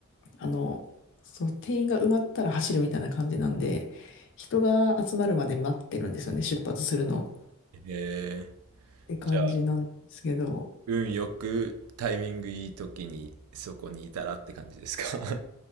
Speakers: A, on the left; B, on the right.
A: あの、そう、定員が埋まったら走るみたいな感じなんで、人が集まるまで待ってるんですよね、出発するのを。
B: え
A: って感じなんですけど。
B: ー、じゃあ、運よくタイミングいい時にそこにいたらって感じですか。<laughs>